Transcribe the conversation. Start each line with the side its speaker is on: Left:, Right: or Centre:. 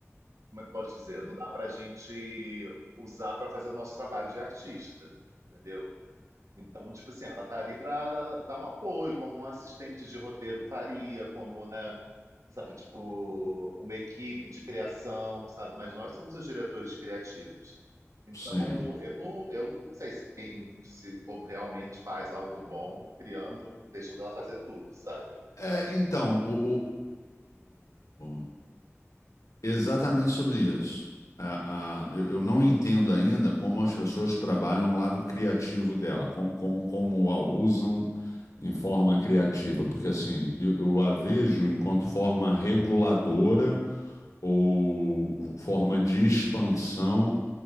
Right: como é que eu posso dizer? Não dá para a gente usar para fazer o nosso trabalho de artista, entendeu? Então, tipo assim, ela tá ali para dar um apoio, como um assistente de roteiro faria, como, né, sabe, tipo, uma equipe de criação, sabe? Mas nós somos os diretores criativos. Então,
Left: Sim.
Right: eu não, eu não sei se quem, se o povo realmente faz algo bom criando, deixando ela fazer tudo, sabe?
Left: É, então, o, o, Exatamente sobre isso. A- a- eu, eu não entendo ainda como as pessoas trabalham o lado criativo dela, com, com- como a usam em forma criativa, porque assim, eu, eu a vejo enquanto forma reguladora ou forma de expansão